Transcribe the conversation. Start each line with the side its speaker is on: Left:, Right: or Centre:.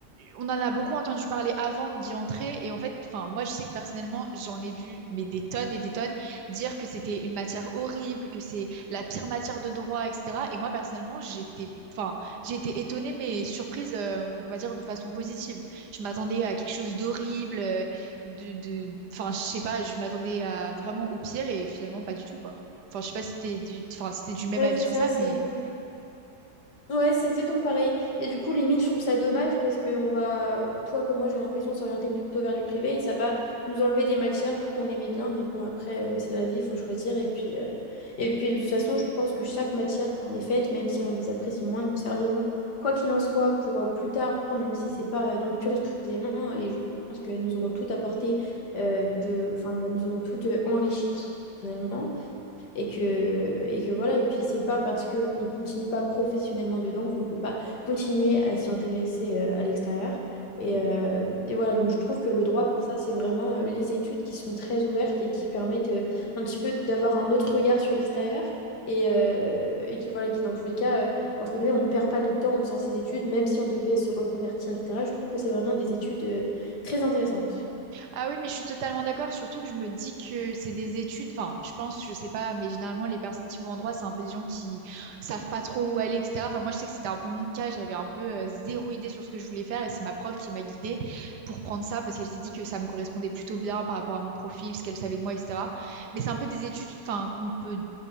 Right: On en a beaucoup entendu parler avant d'y entrer, et en fait, enfin, moi, je sais que personnellement, j'en ai vu mais des tonnes et des tonnes dire que c'était une matière horrible, que c'est la pire matière de droit, etc. Et moi, personnellement, j'étais, enfin, j'ai été étonnée mais surprise, euh, on va dire de façon positive. Je m'attendais à quelque chose d'horrible, euh, de, de, enfin, je sais pas, je m'attendais à vraiment au pire et finalement pas du tout, quoi. Enfin, je sais pas si t'es du... Enfin, si t'es du même
Left: Oui,
Right: avis
Left: c'est
Right: sur
Left: ça.
Right: ça,
Left: c'est
Right: mais...
Left: Ouais, c'est exactement pareil. Et du coup, limite, je trouve ça dommage parce que on va, toi comme moi, j'ai l'impression de s'orienter plutôt vers du privé et ça va nous enlever des matières qu'on aimait bien. Mais bon, après, euh, c'est la vie, il faut choisir. Et puis, euh, et puis, de toute façon, je pense que chaque matière qu'on ait faite, même si on les apprécie moins, nous serviront, quoi qu'il en soit, pour euh, plus tard, même si c'est pas euh, dans le cursus précisément. Et je pense qu'elles nous auront toutes apporté euh, de, enfin, elles nous auront toutes euh, enrichi personnellement et que, et que voilà. Et puis, c'est pas parce qu'on continue pas professionnellement dedans qu'on peut pas continuer à s'y intéresser euh, à l'extérieur. Et,
Right: Mm.
Left: euh, et voilà, donc je trouve que le droit pour ça, c'est vraiment euh, les études qui sont très ouvertes et qui permettent euh, un petit peu d'avoir un autre regard sur l'extérieur et, euh, et qui, voilà, qui dans tous les cas, euh, entre guillemets, on ne perd pas notre temps en faisant ces études, même si on devait se reconvertir, etc. Je trouve que c'est vraiment des études euh, très intéressantes.
Right: Ah oui, mais je suis totalement d'accord, surtout que je me dis que c'est des études, enfin, je pense, je sais pas, mais généralement, les personnes qui vont en droit, c'est un peu des gens qui savent pas trop où aller, etc. Enfin, moi, je sais que c'était un peu mon cas, j'avais un peu euh, zéro idée sur ce que je voulais faire, et c'est ma prof qui m'a guidée pour prendre ça, parce qu'elle s'est dit que ça me correspondait plutôt bien par rapport à mon profil, ce qu'elle savait de moi, etc. Mais c'est un peu des études, enfin, qu'on peut